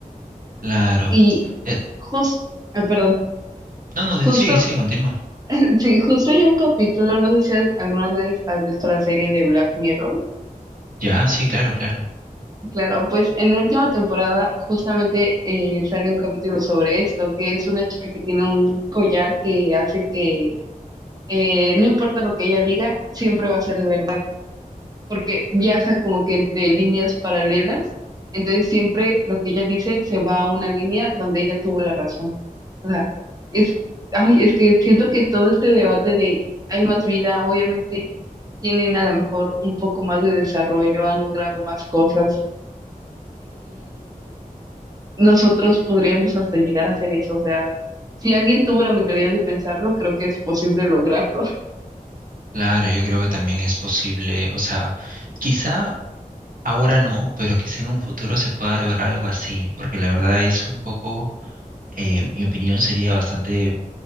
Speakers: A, on the right; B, on the right.
A: Claro.
B: Y
A: Eh,
B: justo, perdón,
A: no, no, de-
B: justo,
A: sigue, sigue, continúa.
B: <laughs> sí, justo hay un capítulo, no sé si has- alguna vez has visto la serie de Black Mirror.
A: Ya, sí, claro, claro.
B: Claro, pues en la última temporada justamente eh, sale un capítulo sobre esto, que es una chica que tiene un collar que hace que eh, no importa lo que ella diga, siempre va a ser verdad, porque viaja como que entre líneas paralelas, entonces siempre lo que ella dice se va a una línea donde ella tuvo la razón. O sea, es, ay, es que siento que todo este debate de hay más vida, obviamente tienen a lo mejor un poco más de desarrollo, han logrado más cosas nosotros podríamos hasta llegar a hacer eso. O sea, si alguien tuvo la mentalidad de pensarlo, creo que es posible lograrlo. <laughs>
A: Claro, yo creo que también es posible, o sea, quizá Ahora no, pero quizá en un futuro se pueda lograr algo así, porque la verdad es un poco, eh, mi opinión sería bastante,